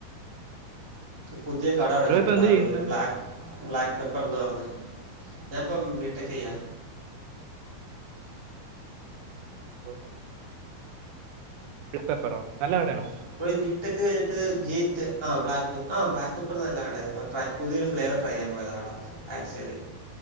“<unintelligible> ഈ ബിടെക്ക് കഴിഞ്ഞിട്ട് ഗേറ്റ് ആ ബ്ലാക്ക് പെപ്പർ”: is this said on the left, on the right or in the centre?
Right